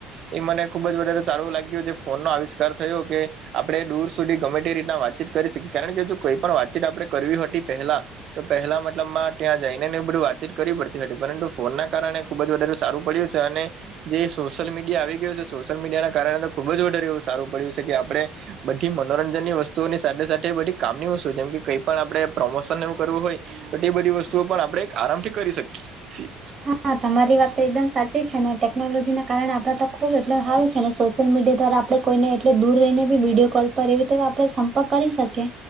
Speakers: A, on the right (about 55°); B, on the right (about 35°).
A: એ મને ખુબ જ વધારે સારું લાગ્યું જે ફોનના આવી કાર થયો કે આપડે દૂર સુધી ગમે તે રીતના વાતચીત કરી શકીએ કારણ કે જો કોઈ પણ વાતચીત આપડે કરવી હતી પેહેલા તો પેહેલા મતલબમાં ત્યાં જઈને ને એ બધું વાતચીત કરવી પડતી હતી પરંતુ ફોન ના કારણે ખુબ જ વધારે સારું પડ્યું છે અને જે સોશિયલ મીડિયા આવી ગયું છે સોશિયલ મીડિયાના કારણે ખુબ જ વધારે એવું સારું પડ્યું છે કે આપડે બધી મનોરંજનની વસ્તુઓની સાથે સાથે બધી કામની વસ્તુ જેમ કે કઈ પણ આપડે પ્રમોશનને એવું કરવું હોય તો તે બધી વસ્તુઓ પણ આપડે એક આરામથી કરી શકીએ સીએ.
B: હા, તમારી વાત તો એકદમ સાચી છે ને ટેકનોલોજીના કારણે આપણા તો ખૂબ એટલ હારું છે ને સોશિયલ મીડિયા દ્વારા આપડે કોઈને એટલે દૂર રહીને બી વિડીયો કોલ પર એવી રીતે આપણે સંપર્ક કરી શકીએ.